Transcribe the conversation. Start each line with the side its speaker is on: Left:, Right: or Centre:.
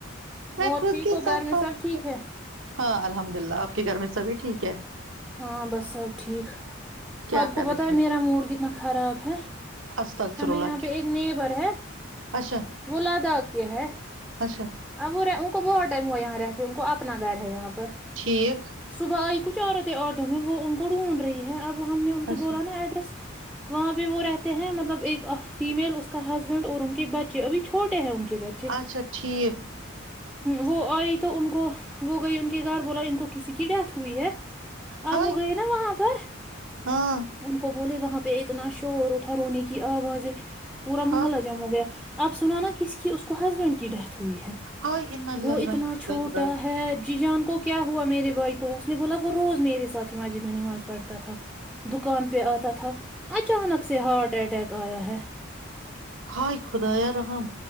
Centre: اور
Right: خود
Centre: ٹھیک
Right: کے
Centre: ہو
Right: ساتھ
Centre: گھر میں
Right: بات
Centre: سب ٹھیک ہے
Right: ہاں الحمد للہ آپ کے گھر میں سبھی ٹھیک ہے
Centre: ہاں بس سب ٹھیک
Right: کیا
Centre: آپ کو
Right: کر
Centre: پت
Right: رہے
Centre: ہے
Right: تھے
Centre: میرا موڈ کتنا خراب ہے
Right: استغفر
Centre: ہمیں
Right: اللہ
Centre: یہاں پہ
Right: کیوں
Centre: ایک نیبر ہے
Right: اچھا
Centre: وہ لدا کے ہے
Right: اچھا
Centre: اب وہ ان کو بتڈر وہ یہاں رہتی ان کو اپنا گھر ہے یہاںہ
Right: ٹھیک
Centre: صبح آ کچ چاروں تھے آٹو میں وہ ان کو ڈھونڈ رہی ہے اب تو وہ ہم نے ان کو
Right: اچھا
Centre: بولا نا ایڈریس وہاں پہ وہ رہتے ہیں مطلب ایک فیمل اس کا ہسبینڈ اور ان کے بچے ابھی چھوٹے ہیں ان کے بچے
Right: اچھا ٹھیک
Centre: وہ آئی تو ان کو وہ گئی ان کے گھر بولا ان کو کسی کی ڈیتھ ہوئی ہے
Right: ہائے
Centre: آپ وہ گئے نا وہاں پر
Right: ہاں
Centre: ان کو بولے وہاں پہ اتنا شور اٹھا رونے کی آوازیں پورا
Right: ہائے
Centre: محلہ جم ہو گیا اب سن نا کس کی اس کو ہسبینڈ کی ڈیتھ ہوئی ہے
Right: ہائے انا للہ
Centre: وہ اتنا
Right: و انا الیہ
Centre: چھوٹا
Right: راجعون
Centre: ہے جی جان کو کیا ہوا میرے بھائی کو اس نے بولا وہ روز میرے ساتھ ہی مسجد میں نماز پڑھتا تھا دکان پہ آتا تھا اچانک سے ہارٹ اٹیک آیا ہے
Right: ہائے خدایا رحم